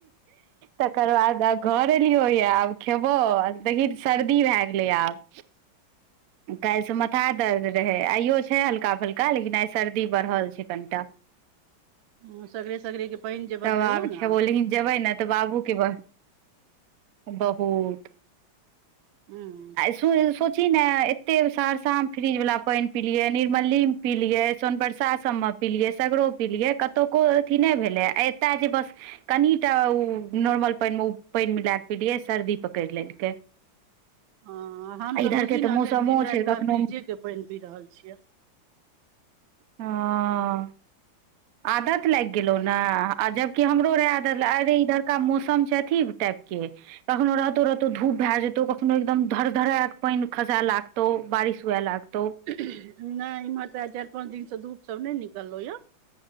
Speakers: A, on the right; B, on the right.
A: तकर बाद आब घर एलियो ये आब खयबौ देखही तऽ सर्दी भए गेलै आब काल्हिसँ माथा दर्द रहै आइयो छै हल्का फल्का लेकिन आइ सर्दी बढ़ल छै कनिटा
B: हँ सगरे सगरे पानि जे बदलेलहुँ
A: तब आब
B: ने
A: खेबो लेकिन जेबै ने तऽ बाबूके ब बहुत
B: हूंम्म
A: तु सोचही ने एते सहरसा मे फ्रीज वाला पानि पिलियै निर्मली पिलियै सोनबरसा सबमे पिलियै सगरो पिलियै कतको अथी नहि भेलै आ एत आके बस कनि तऽ उ नॉर्मल पानिमे ओ पानि मिला कऽ पिलियै सर्दी पकड़ि लेलकै <inaudible>
B: हँ हम तऽ
A: इधर
B: बुझही
A: के
B: ने एखन
A: मौसमो
B: दिन राति
A: छै
B: वएह
A: कखनो
B: फ्रिजेके पानि पी रहल छियै
A: हँ आदत लागि गेलौ न आ आ जबकी हमरो रहै आदत अरे इधरका मौसम छै अथी टाइप के कखनो रहतौ रहतौ धूप भए जेतौ कखनो एकदम धर धरे कऽ पानि खसाए लागतौ बारिश हुए लागतौ।
B: नहि इम्हर तऽ चारि पाँच दिनसँ धुप सब नहि निकललों यऽ